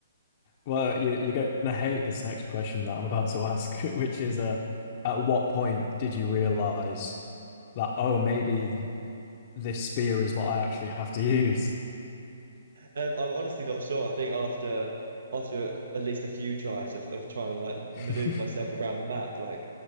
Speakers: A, on the left (about 35°); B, on the right (about 70°).
A: Well, you you're gonna hate this next question that I'm about to ask, <laughs> which is uh at what point did you realize that oh maybe this spear is what I actually have to use.
B: Um, I'm honestly not sure. I think after after at least a few tries of, of trying to like
A: <laughs>
B: maneuver myself around the map, like